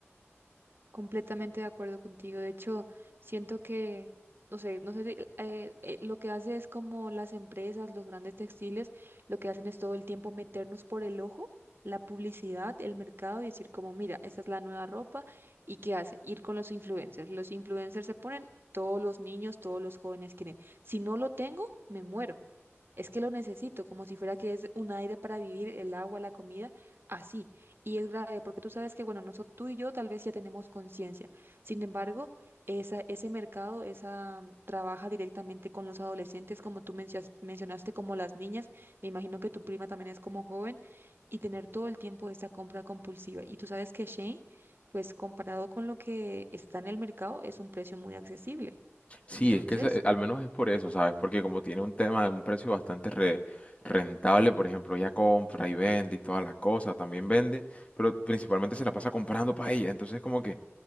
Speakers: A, on the right (about 50°); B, on the left (about 25°).
A: Completamente de acuerdo contigo. De hecho, siento que, no sé, no sé, si- eh, eh, lo que hace es como las empresas, los grandes textiles, lo que hacen es todo el tiempo meternos por el ojo la publicidad, el mercado y decir como, mira, esta es la nueva ropa y qué hace, ir con los influencers. Los influencers se ponen, todos los niños, todos los jóvenes quieren. Si no lo tengo, me muero. Es que lo necesito, como si fuera que es un aire para vivir, el agua, la comida, así. Y es grave, porque tú sabes que, bueno, nosotros, tú y yo tal vez ya tenemos conciencia. Sin embargo, esa, ese mercado, esa mm, trabaja directamente con los adolescentes, como tú mencias- mencionaste, como las niñas. Me imagino que tu prima también es como joven y tener todo el tiempo esa compra compulsiva. Y tú sabes que Shane, pues comparado con lo que está en el mercado, es un precio muy accesible.
B: Sí,
A: Entonces,
B: es que se- al menos es por eso, ¿sabes? Porque como tiene un tema de un precio bastante re- rentable, por ejemplo, ella compra y vende y toda la cosa, también vende, pero principalmente se la pasa comprando para ella. Entonces como que